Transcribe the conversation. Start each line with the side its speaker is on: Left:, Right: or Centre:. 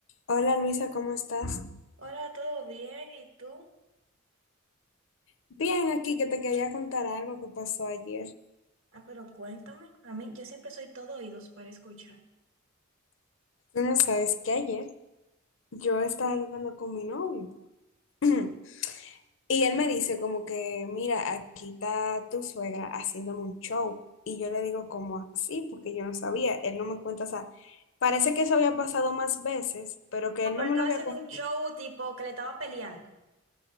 Left: Hola Luisa, ¿cómo estás?
Right: Hola, ¿todo bien? ¿Y tú?
Left: Bien, aquí que te quería contar algo que pasó ayer.
Right: Ah, pero cuéntame. A mí, yo siempre soy todo oídos para escuchar.
Left: Tú no sabes que ayer yo estaba hablando con mi novio <clears throat> y él me dice como que, mira, aquí está tu suegra haciéndome un show. Y yo le digo como así, porque yo no sabía, él no me cuenta, o sea, parece que eso había pasado más veces, pero que
Right: Ah,
Left: él
Right: pero
Left: no me
Right: estaba
Left: lo había
Right: haciendo
Left: contado.
Right: un show tipo que le estaba peleando.